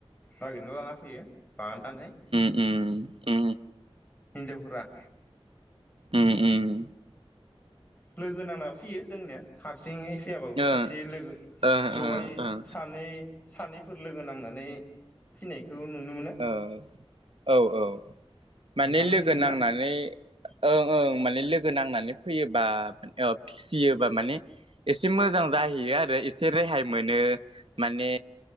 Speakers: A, on the left; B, on the right.
A: नागिरना लाना फैयो। बानानै
B: उम उम
A: हिन्जावफोरा
B: उम उम
A: लोगो नांना फैयो जोंनिया हारसिङै फैयाबाबो
B: ओ
A: खायसे लोगो
B: ओ
A: जयै
B: ओ
A: सानै सानैफोर लोगो नांनो माने फिनायखो नुनो मोनो
B: ओ औ औ माने
A: नोंथांमोननिखैबो
B: लोगो नांनानै
A: ना
B: ओं ओं माने लोगो नांनानै फैयोबा औ फिसियोबा माने एसे मोजां जाहैयो आरो एसे रेहाय मोनो माने